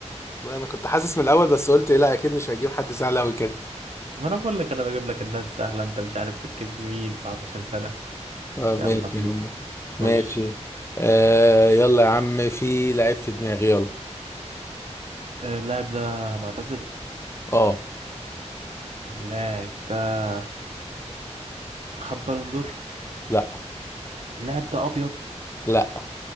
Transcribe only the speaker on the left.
والله انا كنت حاسس من الاول بس قلت إيه، لا اكيد مش هجيب حد سهل قوي كده
طب
ماشي
يا عم ماشي
آه يلا يا عم في لعيب في دماغي يلا
اه
لا
لا